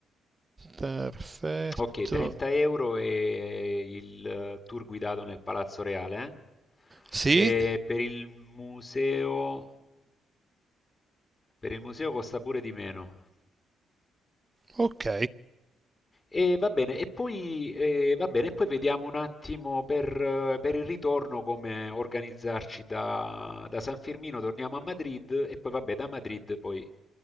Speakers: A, on the right; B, on the left.
A: Perfetto.
B: ok, 30 euro e il eh, tour guidato nel Palazzo Reale.
A: Sì,
B: eh. E per il museo, per il museo costa pure di meno.
A: ok.
B: E va bene, e poi, eh, va bene, e poi vediamo un attimo per, eh, per il ritorno come organizzarci da, da San Firmino, torniamo a Madrid e poi vabbè da Madrid poi